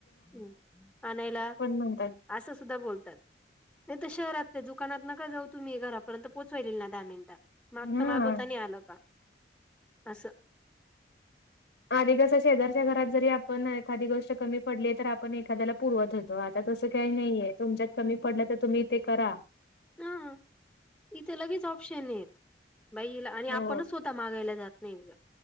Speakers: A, in the centre; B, on the left (about 75°).
A: हम् आणयला
B: म्हणतात
A: असं सुद्धा बोलतात. नाही त शहरात ते जुक दुकानात नका जाऊ तुम्ही घरापर्यंत पोहोचवालील दहा मिनिटात मागता
B: हा
A: मागवता नाही आलं का? असं.
B: आधी कस शेजारच्या घरात जरी आपण एखादी गोष्ट कमी पडली तर आपण एखाद्याला पुरवत होत तो आता तसं काही नाहीये तुमच्यात कमी पडलं तर तुम्ही ते करा
A: हम इथं लगेच ऑप्शन आहेत. बाईला आणि
B: हो
A: आपणच स्वतः मागायला जात नाही